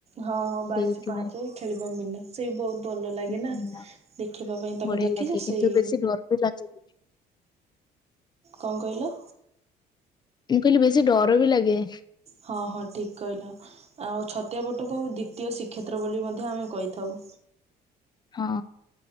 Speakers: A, on the right; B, on the left.
A: ହଁ ହଁ ବାଇଶ
B: ସେଇଥିପାଇଁ
A: ପାହାଚେ ଖେଳିବ ମିନ। ସେଇ ବହୁତ ଭଲ ଲାଗେ
B: ଭିନ୍ନ।
A: ନା ଦେଖିବା ପାଇଁ ତମେ
B: ବଢିଆ
A: ଦେଖିଛ
B: ଲାଗେ କିନ୍ତୁ
A: ସେଇ
B: ବେଶୀ ଡର ବି ଲାଗେ ଟିକେ।
A: କଣ କହିଲ?
B: ମୁଁ କହିଲି ବେଶୀ ଡର ବି ଲାଗେ।
A: ହଁ ହଁ ଠିକ କହିଲ। ଆଉ ଛତିଆ ବଟକୁ ଦ୍ୱିତୀୟ ଶ୍ରୀକ୍ଷେତ୍ର ବୋଲି ମଧ୍ୟ ଆମେ କହିଥାଉ।
B: ହଁ।